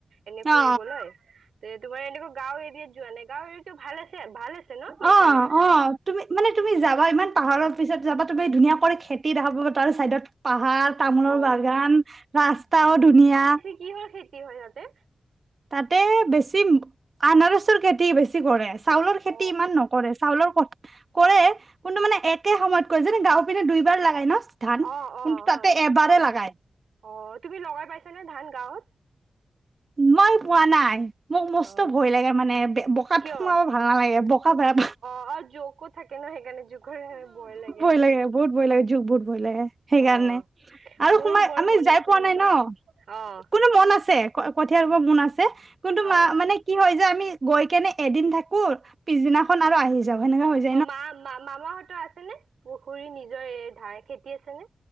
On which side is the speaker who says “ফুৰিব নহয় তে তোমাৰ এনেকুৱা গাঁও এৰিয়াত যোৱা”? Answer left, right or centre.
Right